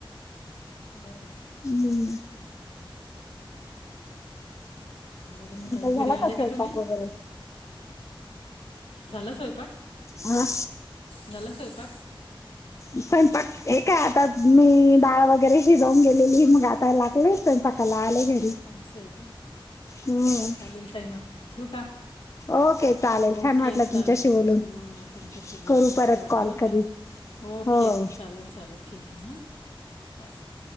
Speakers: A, on the left (about 75°); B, on the left (about 35°).
A: खरंय न.
B: उ्मम्.
A: बरं मग ताई
B: काय
A: घरी
B: झाला
A: आले
B: का स्वयंपाक
A: तुम्ही
B: वगैरे?
A: झाला स्वयंपाक,
B: हा
A: झाला स्वयंपाक.
B: स्वयंपाक, हे काय आता मी इ डाळ वगैरे शिजवून गेलेली. मग आता लागले स्वयंपाकाला आले घरी.
A: हा असं आहे का.
B: हम्म
A: चालेल ताई मग ठेवु का?
B: ओके चालेल
A: ओके
B: छान वाटलं
A: चालेल.
B: तुमच्याशी
A: अ..
B: बोलून
A: तुमच्याशी बोलून
B: करू
A: मस्त
B: परत
A: वाटलं
B: कॉल
A: बरं
B: कधी
A: का. ओके.
B: हो
A: चालेल चालेल ठीकय ह चालेल.